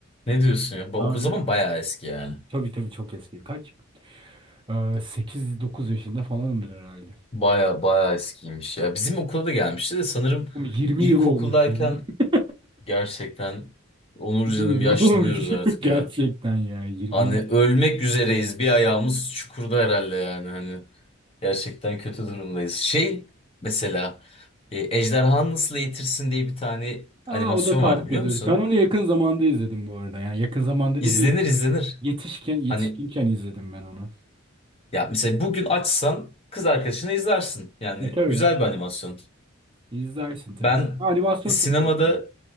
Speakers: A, on the left (about 25°); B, on the right (about 25°).
A: Ne diyorsun ya? Ba-
B: Aa,
A: O zaman
B: evet.
A: bayağı eski yani.
B: Tabii tabii çok eski. Kaç? Ee, 8-9 yaşında falanımdır herhalde.
A: Baya baya eskiymiş ya. Bizim okula da gelmişti de sanırım
B: Oğlum 20
A: ilkokuldayken
B: yıl olmuş. <laughs>
A: gerçekten Onur
B: 20
A: canım
B: yıl
A: yaşlanıyoruz
B: olmuş. <laughs>
A: artık
B: Gerçekten
A: ya.
B: ya 20
A: Hani
B: yıl.
A: ölmek üzereyiz. Bir ayağımız çukurda herhalde yani hani. Gerçekten kötü durumdayız. Şey mesela e, Ejderhanı Nasıl Eğitirsin diye bir tane
B: Aa
A: animasyon
B: o da tatlıdır.
A: vardı biliyor musun?
B: Ben onu yakın zamanda izledim bu arada. Yani yakın zamanda
A: İzlenir
B: dediğim
A: izlenir.
B: yetişken yetişkinken
A: Hani
B: izledim ben onu.
A: ya mesela bugün açsan kız arkadaşına izlersin. Yani
B: E tabii.
A: güzel bir animasyon.
B: İzlersin tabii.
A: Ben
B: Animasyon
A: sinemada
B: çok severim.